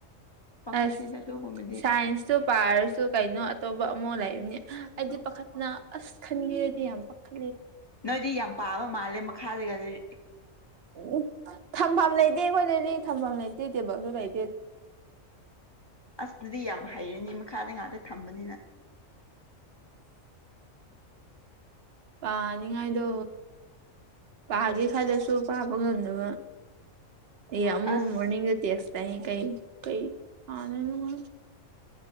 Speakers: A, on the left (about 45°); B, on the right (about 60°).
A: ꯄꯥꯈꯠꯇꯦꯗ
B: ꯑꯁ
A: ꯑꯗꯨꯒꯨꯝꯕꯗꯤ
B: ꯁꯥꯏꯟꯁ ꯇꯨ ꯄꯥꯔꯁꯨ ꯀꯩꯅꯣ ꯑꯇꯣꯞꯄ ꯑꯃꯨꯛ ꯂꯩꯕꯅꯤ ꯑꯩꯗꯤ ꯄꯥꯈꯠꯄꯅ ꯑꯁ ꯈꯟꯕꯤꯔꯗꯤ ꯌꯥꯝ ꯄꯥꯈꯠ
A: ꯅꯣꯏꯗꯤ ꯌꯥꯝ ꯄꯥꯕ ꯃꯥꯜꯂꯦ ꯃꯈꯥꯗꯒꯗꯤ
B: ꯎꯝ ꯊꯝꯐꯝ ꯂꯩꯇꯦ ꯑꯩꯈꯣꯏ ꯗꯗꯤ ꯊꯝꯕꯝ ꯂꯩꯇꯦ ꯇꯦꯕꯜꯖꯨ ꯂꯩ
A: ꯑꯁ ꯗꯨꯗꯤ ꯌꯥꯝ ꯍꯩꯔꯅꯤ ꯃꯥ ꯃꯈꯥꯗ ꯉꯥꯛꯇ ꯊꯝꯕꯅꯤꯅ
B: ꯑꯥ ꯅꯤꯡꯉꯥꯏꯗꯣ ꯄꯥꯒꯦ ꯈꯜꯂꯁꯨ ꯄꯥꯕ ꯉꯝꯗꯕ ꯑꯩ ꯑꯃꯨꯛ
A: ꯑꯁ
B: ꯃꯣꯔꯅꯤꯡꯗ ꯇꯦꯁ ꯂꯩꯌꯦ ꯀꯩ ꯀꯩ ꯄꯥꯗꯣꯏꯅꯣ ꯈꯪꯗꯦ